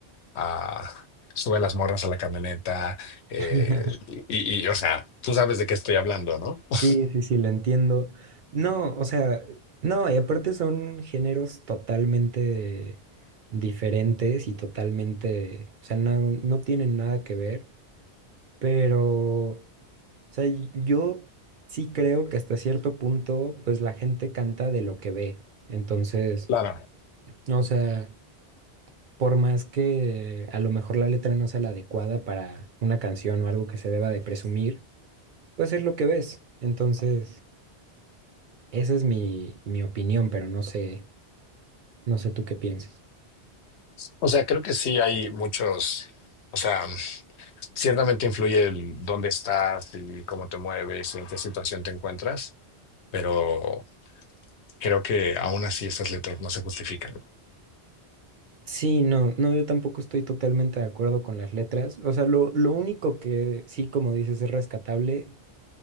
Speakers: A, on the left; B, on the right.
A: ah, sube las morras a la camioneta, eh,
B: <laughs>
A: y, y, y, o sea, tú sabes de qué estoy hablando, ¿no? <laughs>
B: Sí, sí, sí, lo entiendo. No, o sea, no, y aparte son géneros totalmente diferentes y totalmente, o sea, no, no tienen nada que ver, pero, o sea, y- yo sí creo que hasta cierto punto, pues la gente canta de lo que ve. Entonces,
A: Claro.
B: o sea, por más que a lo mejor la letra no sea la adecuada para una canción o algo que se deba de presumir, pues es lo que ves. Entonces... Esa es mi, mi opinión, pero no sé, no sé tú qué pienses.
A: O sea, creo que sí hay muchos, o sea, ciertamente influye el dónde estás y cómo te mueves y en qué situación te encuentras, pero creo que aún así esas letras no se justifican.
B: Sí, no, no, yo tampoco estoy totalmente de acuerdo con las letras. O sea, lo, lo único que sí, como dices, es rescatable,